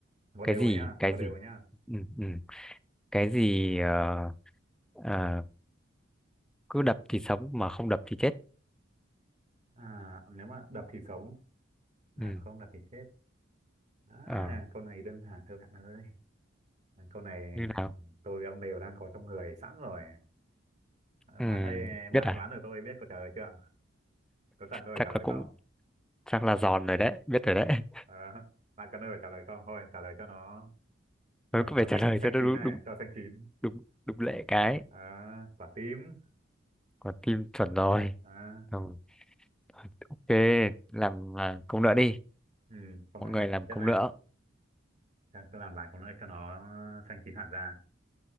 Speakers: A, on the right; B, in the centre.
A: một đều
B: cái gì
A: rồi nhá
B: cái
A: một
B: gì
A: đều rồi nhá
B: Ừm, ừm, cái gì ờ, ờ, cứ đập thì sống mà không đập thì chết
A: à nếu mà đập thì sống là
B: Ừm,
A: không đập thì chết à
B: ờ,
A: câu này đơn giản thôi bạn ơi À, câu này
B: như nào
A: tôi với ông đều đang có trong người sẵn rồi À,
B: Ừm,
A: nói đây
B: biết
A: bạn
B: à
A: đoán được tôi biết câu trả lời chưa có cần tôi phải
B: chắc
A: trả lời
B: là cũng
A: không
B: chắc là giòn rồi đấy biết rồi đấy <laughs>
A: Ờ, <laughs> bạn cần tôi phải trả lời không thôi trả lời cho nó
B: mới
A: kiểu
B: cứ phải trả
A: xanh
B: lời
A: xanh
B: cho nó
A: chín
B: đúng
A: này
B: đúng
A: cho xanh chín
B: đúng đúng lệ cái
A: à, quả tím
B: còn tim chuẩn rồi
A: à,
B: Không, ok làm à, câu nữa đi
A: Ừ, không
B: mọi
A: đã
B: người
A: nhá.
B: làm
A: Tiếp
B: công
A: này,
B: nữa
A: ta cứ làm vài cái nữa cho nó xanh chín hẳn ra.